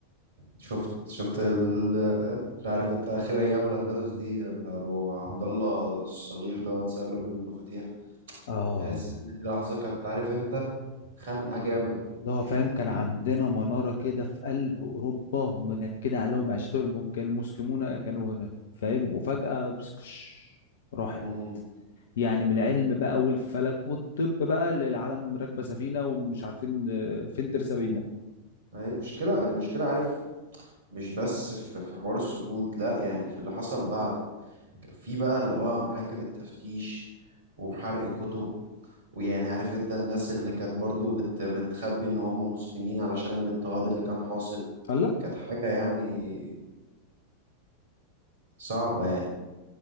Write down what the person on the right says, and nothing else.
شفت شفت ال- اللي عارف انت اخر ايام الاندلس دي لما ابو عبد الله الصغير ده اتسلب المفاتيح
تحس ان دي لحظه كانت عارف انت خانقه جامد
<coughs>
مم.
مم.
مم.
هي المشكله المشكله عارف مش بس في في حوار السكوت لا يعني في اللي حصل بعده كان في بقى اللي هو محاكم التفتيش وحرق كتب ويعني عارف انت الناس اللي كانت برضو بت بتخبي ان هم مسلمين علشان الاضطهاد اللي كان حاصل
كانت حاجة يعني صعبة يعني